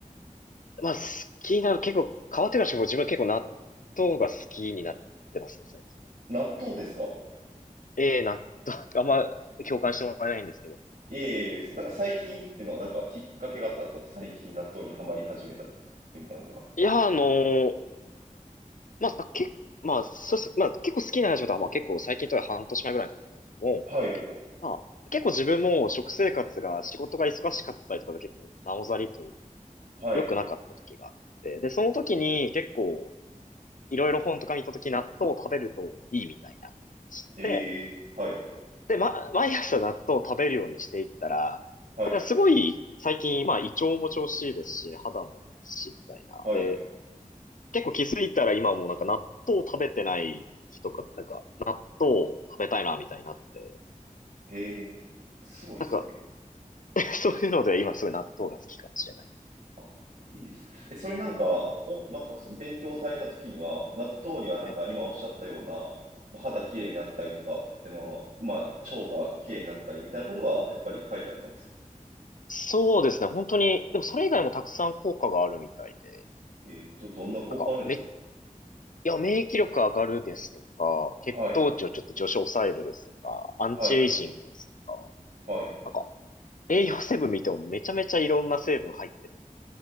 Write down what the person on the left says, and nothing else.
まあ、好きな、結構、変わってからしても自分は結構納豆が好きになってますね、最近は。
ええ、納豆、<laughs> あんま共感してもらえないんですけど。
いや、あのーまあ、け、まあ、そうっす。まあ、結構好きな話だとは、まあ結構最近とは半年前ぐらいなんですけれども、
まあ、結構自分も食生活が仕事が忙しかったりとかで結構なおざりという、
良くなかった時があって、で、その時に結構いろいろ本とか見た時納豆を食べるといいみたいなのを知って、
で、ま、毎朝納豆を食べるようにしていったら、
なんかすごい最近、まあ胃腸も調子いいですし、肌もいいし、みたいな。
で、結構気づいたら今もうなんか納豆を食べてない日とか、なんか納豆を食べたいな、みたいになって。
なんか、<laughs> そういうので今すごい納豆が好きかもしれない。
え、
そうですね、本当に、でもそれ以外もたくさん効果があるみたいで、
なんか、め、いや、免疫力上がるですとか、血糖値をちょっと上昇抑えるですとか、
アンチエイジングです
とか、栄養成分見てもめちゃめちゃいろんな成分入ってる。